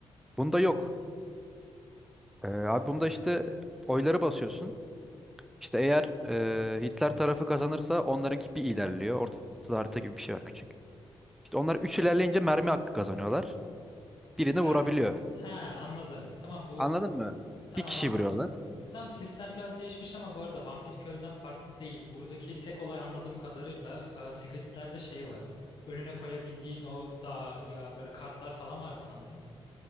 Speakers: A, in the centre; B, on the left (about 55°).
A: Bunda yok. Ee, abi bunda işte oyları basıyorsun. İşte eğer e, Hitler tarafı kazanırsa onlarınki bir ilerliyor. Ortada harita gibi bir şey var küçük. İşte onlar 3 ilerleyince mermi hakkı kazanıyorlar. Birini
B: Mermi.
A: vurabiliyor.
B: Ha anladım. Tamam bu
A: Anladın mı?
B: tamam
A: Bir kişi
B: anladım.
A: vuruyorlar.
B: Tamam sistem biraz değişmiş ama bu arada vampir köylüden farklı değil. Buradaki tek olay anladığım kadarıyla aa, Secret Hitler'de şey var. Önüne koyabildiğin o dağ ya böyle kartlar falan vardı sanırım.